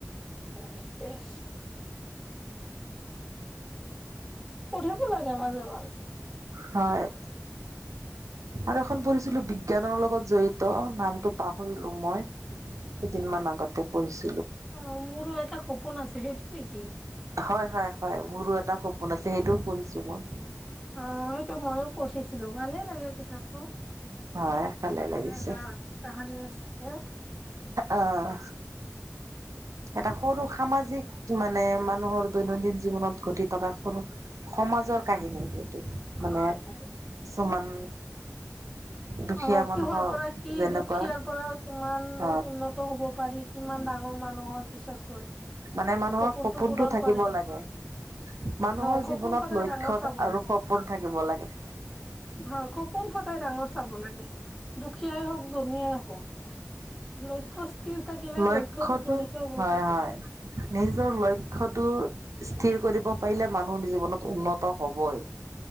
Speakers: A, in the centre; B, on the right.
A: ঠিকে আছে পঢ়িব লাগে মাজে মাজে
B: হয় আৰু এখন পঢ়িছিলো বিজ্ঞানৰ লগত জড়িত নামটো পাহৰিলো মই কেইদিনমান আগতে পঢ়িছো
A: অ মোৰো এটা সপোন আছে সেইটোোৱে কি
B: হয় হয় হয়, মোৰো এটা সপোন আছে সেইটোও পঢ়িছো মই।
A: অ', সেইটো ময়ো পঢ়িছিলো ভালে লাগে কিতাপটো।
B: হয় ভালে লাগিছে,
A: এটা কাহানী আছিলে
B: আহ এটা সৰু সামাজিক মানে মানে মানুহৰ দৈনন্দিন জীৱনত ঘটি থকা সৰু, সমাজৰ কাহিনী মানে
A: হয় হয়
B: কিছুমান দুখীয়া
A: অ
B: মানুহৰ
A: কিহৰ পৰা কি
B: যেনেকুৱা
A: দুখীয়াৰ পৰা কিমান
B: হয়
A: উন্নত হব পাৰি কিমান ডাঙৰ মানুহ হয় পিছত গৈ
B: মানে মানুহৰ
A: সপোনটো পূৰণ
B: থাকিব
A: কৰে
B: লাগে মানুহৰ
A: অ সপোন
B: জীৱনত
A: সদায়
B: লক্ষ্য
A: ডাঙৰ চাব
B: আৰু সপোন থাকিব লাগে
A: হয় সপোন কথাই ডাঙৰ চাব লাগে দুখীয়াই হওক ধুনীয়াই হওক লক্ষ্য স্থিৰ থাকিলে
B: লক্ষটো
A: লক্ষ্যত উপনীত হব
B: হয়
A: পাৰি
B: হয় নিজৰ লক্ষটো স্থিৰ কৰিব পাৰিলে মানুহ জীৱনত উন্নত হবই